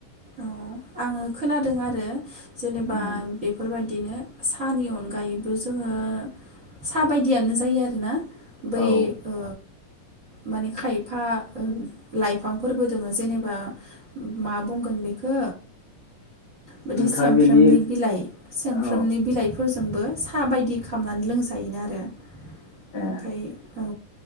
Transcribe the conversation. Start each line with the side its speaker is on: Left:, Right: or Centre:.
Right: औ आङो खोनादों आरो जेनेबा
Left: उम
Right: बेफोरबायदि बिदिनो साहानि अनगा गायोबो जोङो साहा बायदियानो जायो आरोना बै
Left: औ
Right: ओ माने खायफा लाइफांफोरबो दोङो जेनेबा मा बुंगोन होनगोन बेखौ बिदि
Left: नोंथाङा
Right: सेमफ्रोमनि
Left: बेनि
Right: बिलाइ सेमफ्रोमनि
Left: औ
Right: बिलाइफोरजों जोंबो साहा बायदि खालामनानै लोंजायोनो आरो ओमफ्राय
Left: ए
Right: औ